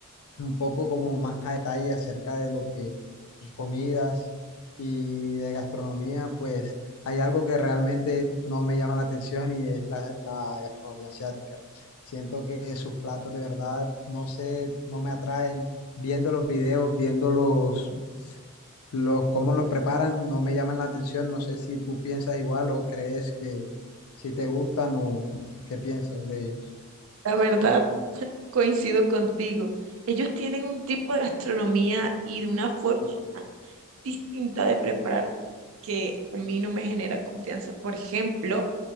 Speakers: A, on the left; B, on the right.
A: un poco como más a detalle acerca de lo que es comidas y de gastronomía, pues hay algo que realmente no me llama la atención y es la, la gastronomía asiática. Siento que sus platos de verdad, no sé, no me atraen. Viendo los videos, viendo los, los cómo los preparan, no me llaman la atención. No sé si tú piensas igual o crees que si te gustan o qué piensas de ellos.
B: La verdad, <laughs> coincido contigo. Ellos tienen un tipo de gastronomía y de una forma <laughs> tan distinta de preparar que a mí no me genera confianza. Por ejemplo,